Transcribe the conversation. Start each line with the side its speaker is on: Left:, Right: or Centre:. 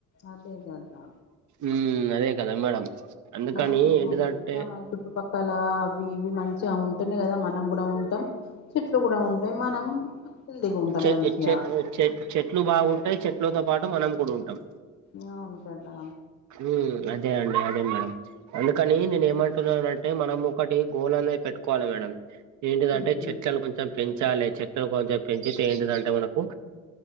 Left: అదే గదా
Right: ఉ అదే కదా మేడం అందుకని
Left: మనకు
Right: ఏంటిదంటే
Left: మంచిగా మన చు పక్కల అవి ఇవి మంచిగా ఉంటేనే కదా మనం కూడా ఉంటాం చెట్లు కూడా ఉంటాయి మనం హెల్తీగా ఉంటాం
Right: చె
Left: మంచిగా
Right: చె చె చెట్లు బాగుంటాయ్ చెట్లతో పాటు మనం కూడా ఉంటాం
Left: అవును కదా
Right: ఉ అదే అండి అదే మేడం అందుకని నేను ఏమంటున్నానంటే మనం ఒకటి గోల్ అనేది పెట్టుకోవాలి మేడం ఏంటిదంటే
Left: ఉమ్.
Right: చెట్లను కొంచెం పెంచాలి చెట్లను కొంచెం పెంచితే ఏంటిదంటే మనకు